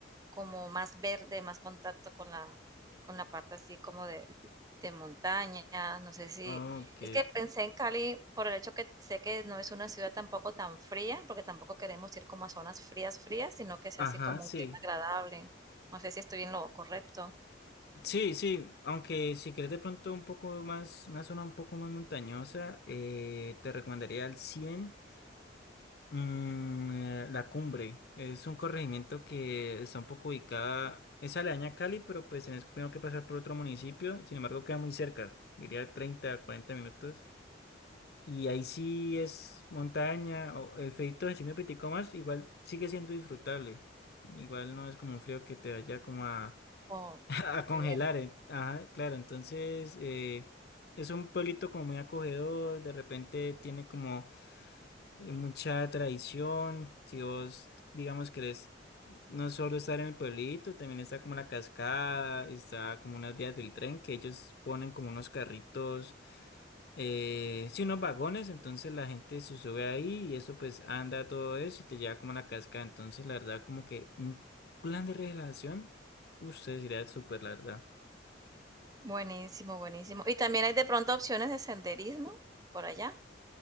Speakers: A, on the right; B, on the left.
A: como más verde, más contacto con la, con la parte así como de, de montaña, no sé si,
B: Ok.
A: es que pensé en Cali por el hecho que sé que no es una ciudad tampoco tan fría, porque tampoco queremos ir como a zonas frías, frías, sino que sea
B: Ajá,
A: así como
B: sí.
A: un clima agradable. No sé si estoy en lo correcto.
B: Sí, sí. Aunque si quieres de pronto un poco más, una zona un poco más montañosa, eh, te recomendaría al Cien mm, eh, La Cumbre. Es un corregimiento que está un poco ubicada, es aledaña a Cali, pero pues tienes primero que pasar por otro municipio. Sin embargo, queda muy cerca. Diría 30, 40 minutos. Y ahí sí es montaña, o el frío encima de signo pitico más igual sigue siendo disfrutable. Igual no es como un frío que te vaya como a,
A: Oh,
B: <laughs> a congelar.
A: qué bien.
B: eh. Ajá, claro, entonces eh, es un pueblito como muy acogedor, de repente tiene como eh, mucha tradición. Si vos, digamos, querés no solo estar en el pueblito, también está como la cascada, está como unas vías del tren que ellos ponen como unos carritos, eh, sí, unos vagones. Entonces la gente se sube ahí y eso pues anda todo eso y te lleva como a la cascada. Entonces, la verdad, como que un plan de relajación, usted sería súper, la verdad.
A: Buenísimo, buenísimo. ¿Y también hay de pronto opciones de senderismo por allá?